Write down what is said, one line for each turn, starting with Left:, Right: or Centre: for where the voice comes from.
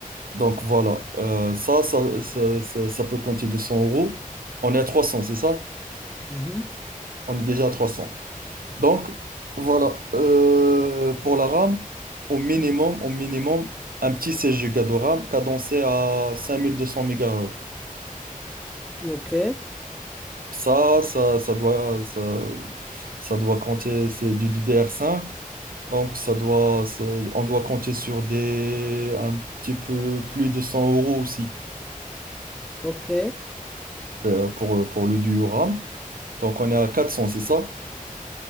Right: Donc voilà, Euh, ça, ça, ça, ça, ça peut compter 200 euros. On est à 300, c'est ça?
Centre: Mhm.
Right: On est déjà à 300. Donc voilà, Euh, pour la RAM, au minimum, au minimum, un petit 16 Go de RAM cadencé à 5200 MHz.
Centre: Ok,
Right: Ça, ça, ça doit, ça, ça doit compter, c'est du DDR5. Donc ça doit, ça- on doit compter sur des, un petit peu plus de 100 euros aussi
Centre: ok,
Right: euh, pour, pour le duo RAM. Donc, on est à 400, c'est ça?